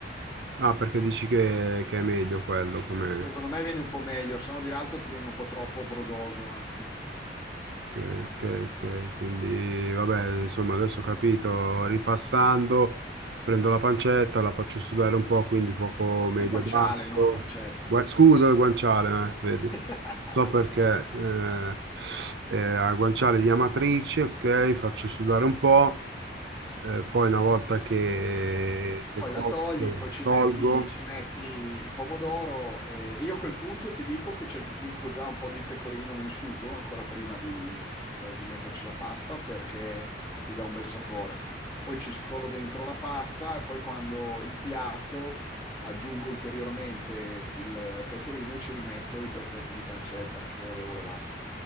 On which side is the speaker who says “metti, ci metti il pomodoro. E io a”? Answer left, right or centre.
Left